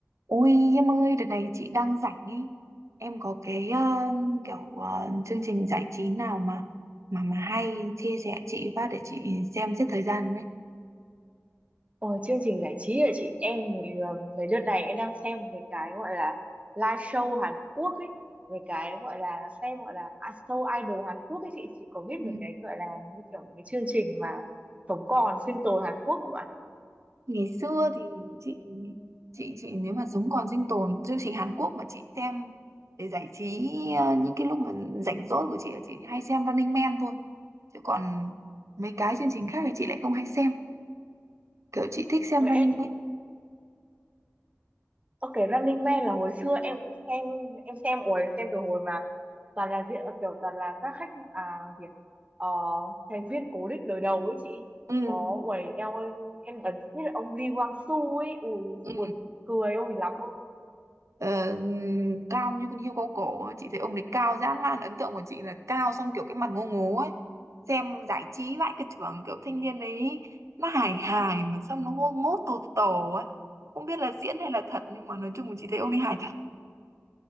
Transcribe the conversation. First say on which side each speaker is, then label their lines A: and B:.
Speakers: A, on the right (about 65°); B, on the right (about 25°).
A: Ôi em ơi, đợt này chị đang rảnh ấy. Em có cái ờ, kiểu ờ, chương trình giải trí nào mà mà mà hay chia sẻ chị phát để chị xem giết thời gian đấy.
B: Ôi, chương trình giải trí hả chị em người người đợt này em đang xem về cái gọi là live show Hàn Quốc ấy về cái gọi là xem gọi là à, show idol Hàn Quốc ấy chị chị có biết
A: Ừ.
B: về cái gọi là như kiểu một cái chương trình mà sống còn sinh tồn Hàn Quốc không ạ
A: Ngày xưa thì chị chị chị nếu mà sống còn sinh tồn chương trình Hàn Quốc mà chị xem để giải trí ờ, những cái lúc mà rảnh rỗi của chị là chị hay xem Running Man thôi. Chứ còn mấy cái chương trình khác thì chị lại không hay xem. Kiểu chị thích xem
B: Ôi
A: Running
B: em thì
A: Man.
B: ok Running Man là hồi xưa em cũng xem em xem ôi xem từ hồi mà toàn là diện kiểu toàn là các khách à gì ạ? Ờ, thành viên cố định đời đầu ấy chị
A: Ừ.
B: có uầy eo ơi, em ấn tượng nhất là ông Lee Kwang Soo ấy ui
A: Ừ.
B: buồn cười ôi lắm
A: Ờ, cao như con hươu cao cổ ấy. chị thấy ông đấy cao dã man ấn tượng của chị là cao xong kiểu cái mặt ngô ngố ấy xem giải trí vãi cả trưởng kiểu thanh niên đấy nó hài hài mà xong nó ngô ngố tột tổ ấy không biết là diễn hay là thật nhưng mà nói chung là chị thấy ông ấy hài thật